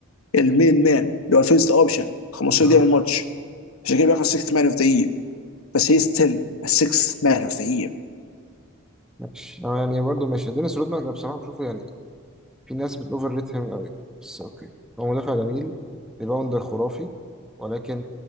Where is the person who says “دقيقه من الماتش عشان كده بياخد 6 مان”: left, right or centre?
Left